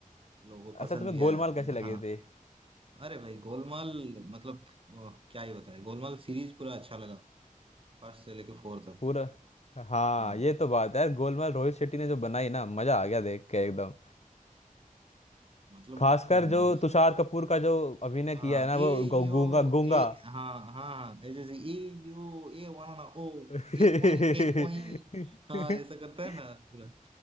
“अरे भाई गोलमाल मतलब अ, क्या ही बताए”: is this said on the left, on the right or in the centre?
Right